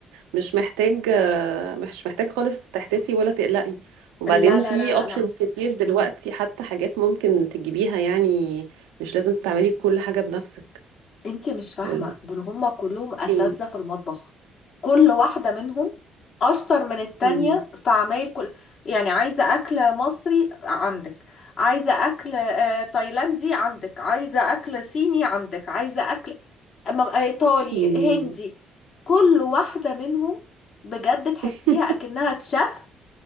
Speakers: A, on the right; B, on the left.
A: مش محتاج آه، مش محتاج خالص تحتسي ولا تقلقي وبعدين
B: لا لا
A: في
B: لا لا
A: اوبشنز
B: لا
A: كتير دلوقتي حتى حاجات ممكن تجيبيها يعني مش لازم تعملي كل حاجة بنفسك
B: انتي مش فاهمة
A: ولا
B: دول هما كلهم أساتذة
A: ايه؟
B: في المطبخ كل واحدة منهم أشطر من التانية
A: مم.
B: في عمايل كل يعني عايزة أكل مصري عندك عايزة أكل آه، تايلاندي عندك عايزة أكل صيني عندك عايزة أكل م- آه، إيطالي
A: مم.
B: هندي كل واحدة منهم بجد تحسيها
A: <laughs>
B: أكنها تشف